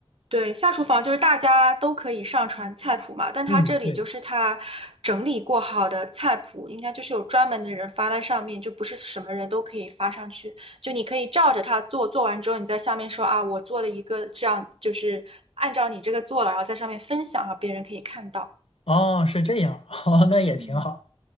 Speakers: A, on the right (about 80°); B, on the left (about 85°).
A: 对下厨房就是大家都可以上传菜谱嘛，但它这里就是它整理过好的菜谱，
B: 嗯，对，
A: 应该就是有专门的人发在上面，就不是什么人都可以发上去，就你可以照着它做，做完之后你在下面说啊，我做了一个这样，就是按照你这个做了，然后在上面分享，让别人可以看到。
B: 哦，是这样，<laughs> 哦，那也挺好。
A: 嗯，